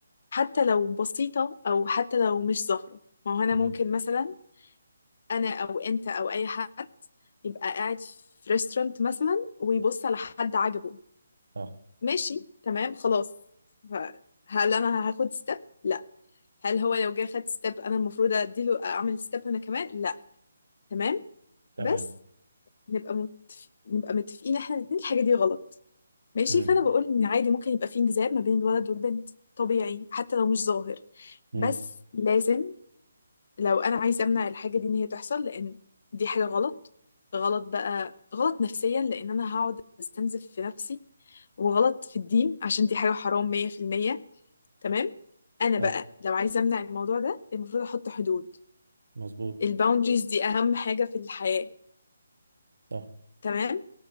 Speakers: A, on the left (about 55°); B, on the right (about 80°).
A: حتى لو بسيطة أو حتى لو مش ظاهرة ما هو أنا
B: امم
A: ممكن مثلا أنا أو أنت أو أي حد يبقى قاعد في ريستورانت مثلا ويبص على حد عجبه
B: صح
A: ماشي تمام خلاص ف- هل أنا هاخد ستيب؟ لا هل هو لو جه خد ستيب أنا المفروض أديله أعمل ستيب أنا كمان؟ لا تمام
B: تمام
A: بس نبقى مت... نبقى متفقين إحنا الاتنين الحاجة دي غلط ماشي
B: امم
A: فأنا بقول إن عادي ممكن يبقى في انجذاب ما بين الولد والبنت طبيعي حتى لو مش ظاهر
B: امم
A: بس لازم لو انا عايزه امنع الحاجه دي ان هي تحصل لان دي حاجه غلط غلط بقى غلط نفسيا لان انا هقعد استنزف في نفسي وغلط في الدين عشان دي حاجه حرام 100% تمام انا
B: صح
A: بقى لو عايزه امنع الموضوع ده المفروض احط حدود
B: مظبوط
A: الباوندريز دي اهم حاجه في الحياه
B: صح
A: تمام